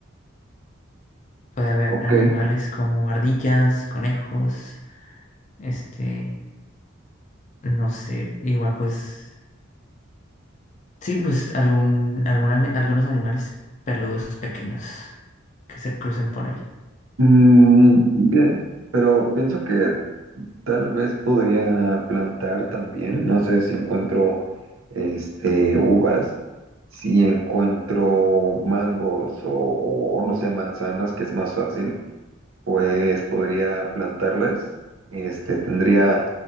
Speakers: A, on the left; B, on the right.
A: Puede haber
B: Ok,
A: animales como ardillas, conejos, este, no sé, igual pues Sí, pues algún, algún ani- algunos animales peludos pequeños que se crucen por ahí.
B: Mm, bien, pero pienso que tal vez podría plantar también. No sé si encuentro este uvas, si encuentro mangos o, o no sé, manzanas, que es más fácil, pues podría plantarlas. Este tendría